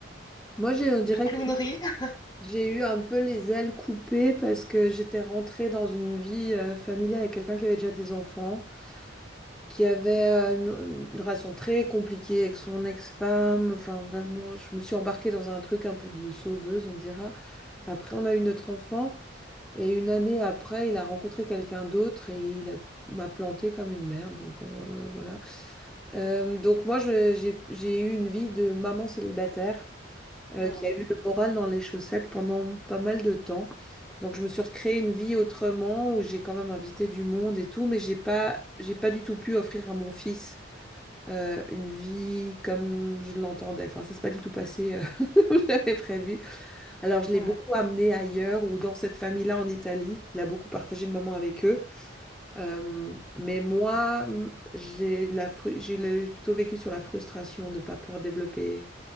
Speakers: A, in the centre; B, on the left.
A: Moi, j'ai- on dirait
B: de clownerie?
A: que
B: <laughs>
A: J'ai eu un peu les ailes coupées parce que j'étais rentrée dans une vie euh, familiale avec quelqu'un qui avait déjà des enfants, qui avait euh, une, une relation très compliquée avec son ex-femme. Enfin, vraiment, je me suis embarquée dans un truc un peu de sauveuse, on dira. Après, on a eu notre enfant et une année après, il a rencontré quelqu'un d'autre et il a- m'a plantée comme une merde. Donc, euh, voilà. Euh, donc moi, je- j'ai j'ai eu une vie de maman célibataire euh,
B: Hmm.
A: qui a eu le moral dans les chaussettes pendant pas mal de temps. Donc je me suis recréé une vie autrement où j'ai quand même invité du monde et tout, mais j'ai pas, j'ai pas du tout pu offrir à mon fils euh, une vie comme je l'entendais. Enfin, ça s'est pas du tout passé euh, <laughs> comme j'avais prévu. Alors je l'ai
B: Ouais.
A: beaucoup amené ailleurs ou dans cette famille-là en Italie. Il a beaucoup partagé le moment avec eux. Euh, mais moi, m- j'ai la fru- j'ai le- j'ai plutôt vécu sur la frustration de ne pas pouvoir développer